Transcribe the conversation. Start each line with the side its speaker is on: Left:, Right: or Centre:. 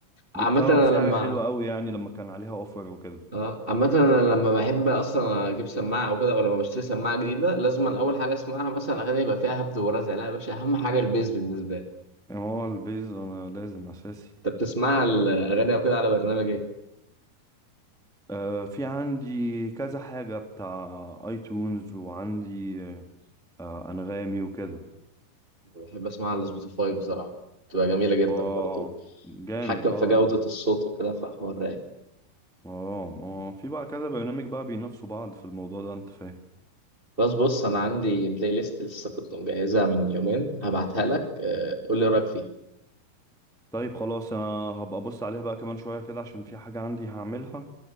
Centre: جبتها
Right: عامة انا
Centre: بسعر
Right: لما
Centre: حلو قوي يعني لما كان عليها اوفر وكده
Right: اه عامة انا لما بحب اصلا اجيب سماعة او كده او لما بشتري سماعة جديدة لازم اول حاجة اسمعها مثلا اغاني يبقى فيها هبد ورزع لا يا باشا اهم حاجة البيز بالنسبة لي
Centre: يعني هو البيز انا لازم اساسي
Right: انت بتسمعها الاغاني او كده على برنامج ايه؟
Centre: آه في عندي كذا حاجة بتاع ايتونز وعندي آه انغامي وكده
Right: بحب اسمعها على سبوتيفاي بصراحة بتبقى جميلة جدا
Centre: اه
Right: برضه
Centre: جامد
Right: اتحكم
Centre: اه
Right: في جودة الصوت وكده فحوار رايق
Centre: اه اه في بقى كذا برنامج بقى بينافسوا بعض في الموضوع ده انت فاهم
Right: بس بص أنا عندي بلاي ليست لسه كنت مجهزها من يومين هبعتها لك آه، قول لي رأيك فيه
Centre: طيب خلاص انا هبقى ابص عليها بقى كمان شوية كده عشان في حاجة عندي هعملها